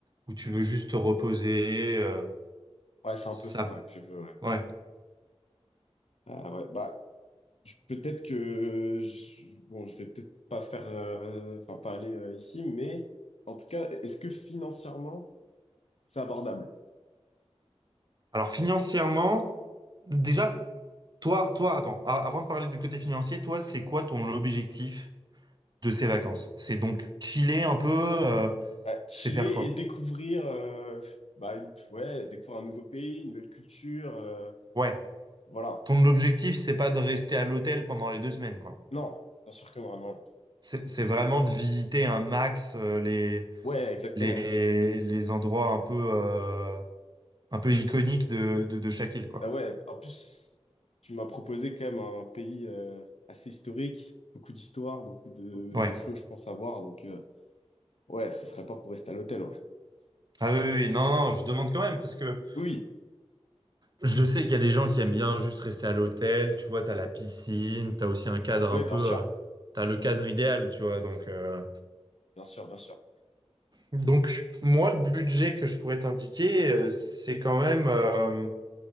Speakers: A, on the right (about 40°); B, on the left (about 70°).
A: où tu veux juste te reposer, euh,
B: Ouais, c'est un
A: ça,
B: peu ça que je veux, ouais.
A: ouais.
B: Ah ouais, bah, je- peut-être que. Je, bon, je vais peut-être pas faire. euh, Enfin, pas aller euh, ici, mais en tout cas, est-ce que financièrement, c'est abordable?
A: Alors financièrement, déjà, toi, toi, attends, a- avant de parler du côté financier, toi, c'est quoi ton objectif de ces vacances? C'est donc chiller un peu, euh,
B: Ouais, chiller
A: c'est faire quoi?
B: et découvrir, euh, bah, une- ouais, découvrir un nouveau pays, une nouvelle culture, euh,
A: Ouais.
B: voilà.
A: Ton objectif, c'est pas de rester à l'hôtel pendant les deux semaines, quoi.
B: Non, bien sûr que non, non.
A: C'est c'est vraiment de visiter un max euh, les,
B: Ouais, exactement.
A: les, les endroits un peu, euh, un peu iconiques de, de, de chaque île, quoi.
B: Bah ouais, en plus, tu m'as proposé quand même un pays euh, assez historique, beaucoup d'histoire, beaucoup de,
A: Ouais.
B: de choses, je pense, à voir. Donc, euh, ouais, ce serait pas pour rester à l'hôtel, ouais.
A: Ah oui, oui, oui. non, non, je demande quand même, parce que
B: Oui,
A: Je sais qu'il y a des gens qui aiment bien juste rester à l'hôtel, tu vois, t'as la piscine, t'as aussi un cadre
B: oui,
A: un
B: Oui,
A: peu,
B: bien sûr,
A: euh, t'as le cadre idéal, tu vois, donc... euh,
B: bien sûr, bien sûr.
A: Donc, moi, le budget que je pourrais t'indiquer, euh, c'est quand même. euh,